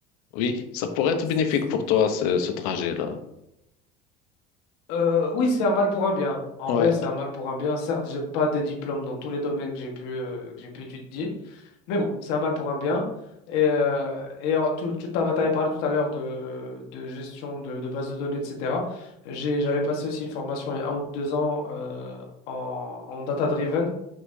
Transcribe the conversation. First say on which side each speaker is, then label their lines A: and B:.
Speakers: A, on the left (about 85°); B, on the left (about 70°).
A: Oui, ça pourrait
B: Bah,
A: être
B: c'est-
A: bénéfique pour toi, ce, ce trajet-là.
B: euh, oui, c'est un mal pour un bien. En
A: Ouais.
B: vrai, c'est un mal pour un bien. Certes, j'ai pas de diplôme dans tous les domaines que j'ai pu, euh, que j'ai pu étudier. Mais bon, c'est un mal pour un bien. Et, euh, et en- tu, tu t'av- t'avais parlé tout à l'heure de, de gestion de, de bases de données, etc. J'ai- J'avais passé aussi une formation il y a un ou deux ans euh, en, en data-driven.